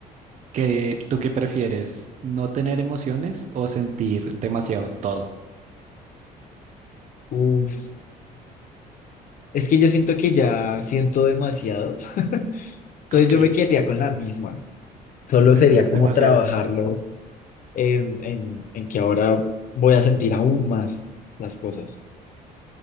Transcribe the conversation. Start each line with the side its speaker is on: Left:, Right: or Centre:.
Right: ¿Qué, tú qué prefieres? ¿No tener emociones o sentir demasiado todo?
Left: Uf, es que yo siento que ya siento demasiado. Entonces
Right: Ok,
Left: yo me quedaría con la misma. Solo
Right: sentir
Left: sería como
Right: demasiado.
Left: trabajarlo en, en, en que ahora voy a sentir aún más las cosas.